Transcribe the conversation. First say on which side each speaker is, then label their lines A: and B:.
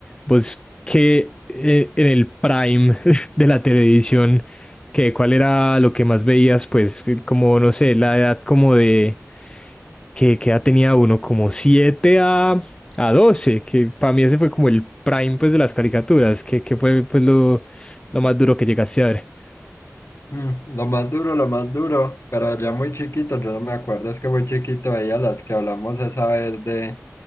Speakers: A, on the left (about 20°); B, on the left (about 65°).
A: Pues que eh, en el prime <laughs> de la televisión, que cuál era lo que más veías, pues que como, no sé, la edad como de, que, que edad tenía uno, como 7 a, a 12, que para mí ese fue como el prime pues de las caricaturas, que, que fue pues lo lo más duro que llegaste a ver.
B: Mm, lo más duro, lo más duro, pero ya muy chiquito, yo no me acuerdo, es que muy chiquito veía las que hablamos esa vez de,